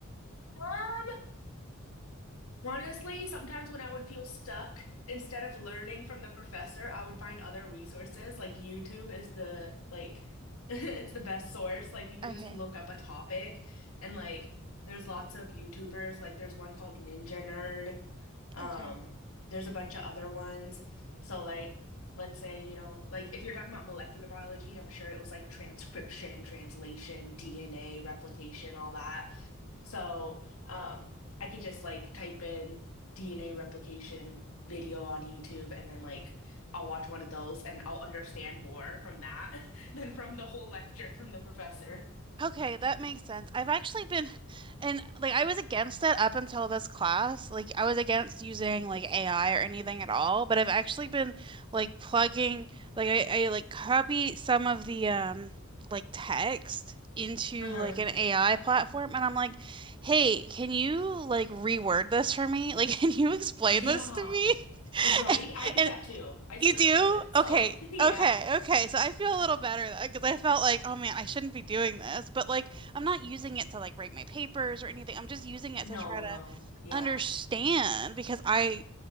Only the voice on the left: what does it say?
Um, honestly, sometimes when I would feel stuck, instead of learning from the professor, I would find other resources. Like YouTube is the like <laughs> it's the best source. Like you could
just look up a topic and like there's lots of YouTubers. Like there's one called Ninja Nerd. Um,
there's a bunch of other ones. So like let's say, you know, like if you're talking about molecular biology, I'm sure it was like transcription, translation, DNA, replication, all that. So um I could just like type in DNA replication video on YouTube and then like I'll watch one of those and I'll understand more from that <laughs> than from the whole lecture from the professor.
Uh-huh.
Yeah,
right. I do
that too. I still
do it. So,
<laughs> yeah.
No,
no.
Yeah.